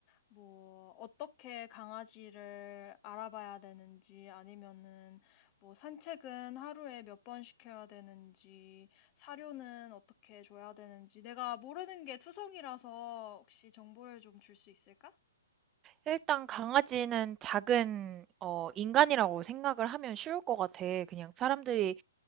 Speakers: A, on the left (about 30°); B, on the right (about 20°).
A: 뭐, 어떻게 강아지를 알아봐야 되는지, 아니면은 뭐 산책은 하루에 몇 번 시켜야 되는지, 사료는 어떻게 줘야 되는지, 내가 모르는 게 투성이라서 혹시 정보를 좀 줄 수 있을까?
B: 일단 강아지는 작은 어, 인간이라고 생각을 하면 쉬울 것 같아. 그냥 사람들이